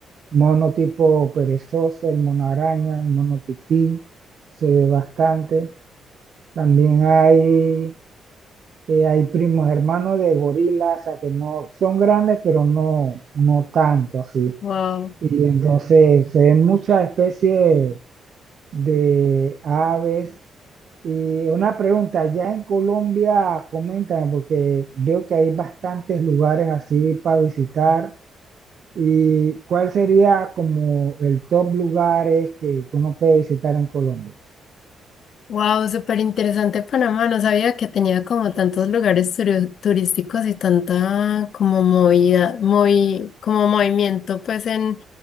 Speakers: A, on the right (about 60°); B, on the left (about 65°).
A: mono tipo perezoso, el mono araña, el mono tití, se ve bastante. También hay eh, hay primos hermanos de gorilas, o sea, que no son grandes, pero no, no tanto así.
B: wow
A: Y entonces se ven muchas especies de aves. Y una pregunta, ya en Colombia, coméntame, porque veo que hay bastantes lugares así para visitar. ¿Y cuál sería como el top lugares que uno puede visitar en Colombia?
B: Wow, súper interesante Panamá. No sabía que tenía como tantos lugares turi- turísticos y tanta como movida, movi- como movimiento pues en,